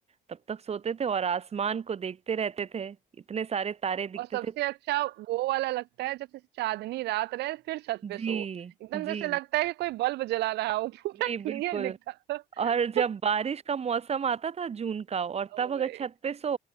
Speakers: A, on the right (about 40°); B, on the right (about 80°).
A: तब तक सोते थे और आसमान को देखते रहते थे इतने सारे तारे दिखते
B: और सबसे
A: थे
B: अच्छा वो वाला लगता है जब से चांदनी रात रहे फिर छत पे
A: जी
B: सो एकदम
A: जी
B: जैसे लगता है कि कोई बल्ब जला रहा हो पूरा
A: जी
B: क्लियर
A: बिल्कुल
B: दिखता था
A: और जब
B: <laughs>
A: बारिश का मौसम आता था जून का और
B: ओ
A: तब अगर
B: भाई
A: छत पे सो